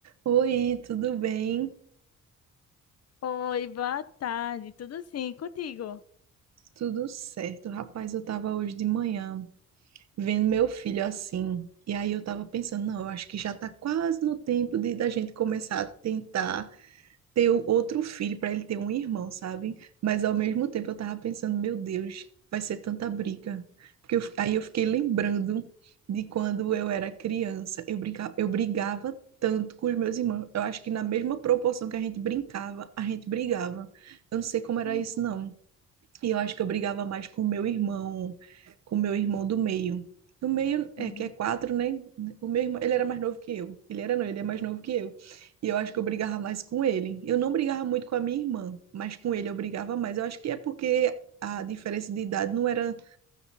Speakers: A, on the right (about 60°); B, on the left (about 55°).
A: Oi, tudo bem?
B: Oi, boa tarde. Tudo sim, contigo?
A: Tudo certo. Rapaz, eu tava hoje de manhã vendo meu filho assim. E aí eu tava pensando, não, eu acho que já tá quase no tempo de da gente começar a tentar ter o outro filho para ele ter um irmão, sabe? Mas ao mesmo tempo eu tava pensando, meu Deus, vai ser tanta briga. Porque eu fi- aí eu fiquei lembrando de quando eu era criança. Eu brincava, eu brigava tanto com os meus irmãos. Eu acho que na mesma proporção que a gente brincava, a gente brigava. Eu não sei como era
B: Uhum,
A: isso, não. E eu acho que eu brigava mais com o meu irmão, com o meu irmão do meio. Do meio, é,
B: uhum,
A: que é quatro, né? O meu irmão, ele era
B: sei.
A: mais novo que eu. Ele era não, ele é mais novo que eu. E eu acho que eu brigava mais com ele. Eu não brigava muito com a minha irmã, mas com ele eu brigava mais. Eu acho que é porque a diferença de idade não era